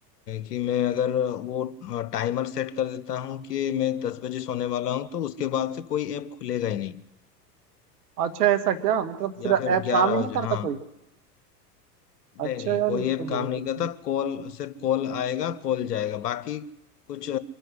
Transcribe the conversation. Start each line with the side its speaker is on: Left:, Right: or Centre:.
Left: कि मैं अगर वो टाइमर सेट कर देता हूँ कि मैं दस बजे सोने वाला हूँ तो उसके बाद से कोई ऐप खुलेगा ही नहीं
Right: अच्छा ऐसा क्या मतलब
Left: या
Right: फिर
Left: फिर
Right: ऐप
Left: ग्यारह
Right: काम ही
Left: बजे
Right: नहीं करता
Left: हाँ
Right: कोई
Left: नहीं
Right: अच्छा
Left: नहीं
Right: यार
Left: कोई
Right: ये तो
Left: ऐप
Right: बहुत
Left: काम नहीं
Right: अच्छा
Left: करता कॉल सिर्फ कॉल आएगा कॉल जाएगा बाकी कुछ अ,